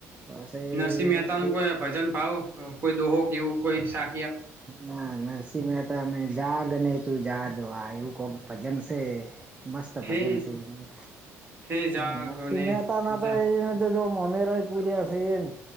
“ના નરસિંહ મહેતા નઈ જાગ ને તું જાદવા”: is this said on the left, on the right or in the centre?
Right